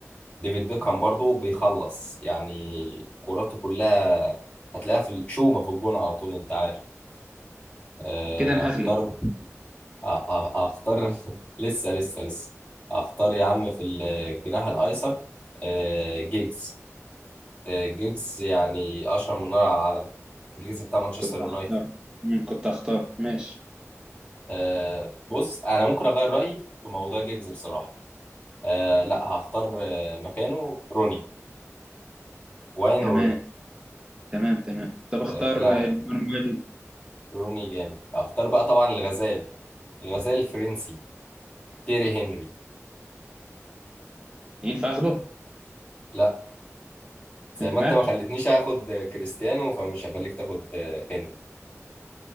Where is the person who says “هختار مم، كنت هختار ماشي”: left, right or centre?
Right